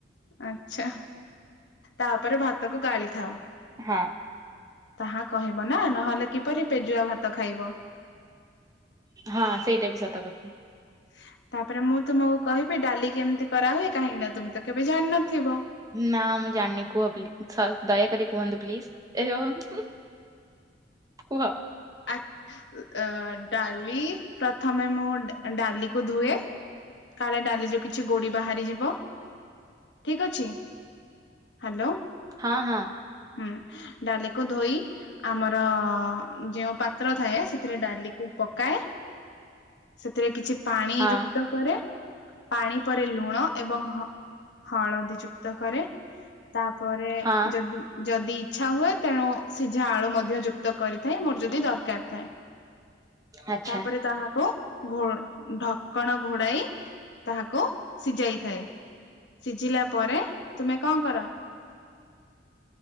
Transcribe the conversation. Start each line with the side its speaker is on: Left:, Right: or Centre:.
Left: ଆଛା ତାପରେ ଭାତକୁ ଗାଳିଥାଅ।
Right: ହଁ।
Left: ତାହା କହିବ ନା ନହେଲେ କିପରି ପେଜୁଆ ଭାତ ଖାଇବ।
Right: ହଁ ସେଇଟା ବି ସତ କଥା।
Left: <inaudible> ତାପରେ ମୁଁ ତୁମକୁ କହିବି ଡାଲି କେମିତି କରାହୁଏ କାହିଁକି ନା ତୁମେ ତ କେବେ ଜାଣିନଥିବ।
Right: ନା ମୁଁ ଜାଣିନି କୁହ ପ୍ଲିଜ ସ ଦୟାକରି କୁହନ୍ତୁ ପ୍ଲିଜ। ଏ ଜଇ ହୁଁ କୁହ।
Left: ଆକ ଅ ଡାଲି ପ୍ରଥମେ ମୁଁ ଡା ଡାଲି କୁ ଧୁଏ। କାଳେ ଡାଲି ରୁ କିଛି ଗୋଡି ବାହାରିଯିବ। ଠିକ ଅଛି ହ୍ୟାଲୋ।
Right: ହଁ, ହଁ
Left: ହୁଁ ଡାଲିକୁୁ ଧୋଇ ଆମର ଯେଉଁ ପାତ୍ର ଥାଏ। ସେଥିରେ ଡାଲିକୁ ପକାଏ। ସେଥିରେ କିଛି ପାଣି
Right: ହଁ
Left: ଯୁକ୍ତ କରେ। ପାଣି ପରେ ଲୁଣ ଏବଂ ହ ହଳଦୀ ଯୁକ୍ତ କରେ। ତାପରେ
Right: ହଁ
Left: ଯଦି ଯଦି ଇଛା ହୁଏ। ତେଣୁ ସିଝା ଆଳୁ ମଧ୍ୟ ଯୁକ୍ତ କରିଥାଏ। ମୋର ଯଦି ଦରକାର ଥାଏ।
Right: ଆଚ୍ଛା
Left: ତାପରେ ତାହାକୁ! ଘୋ ଢକଣ ଘୋଡ଼ାଇ ତାହାକୁ ସିଝାଇଥାଏ। ସିଝିଲା ପରେ ତୁମେ କଣ କର?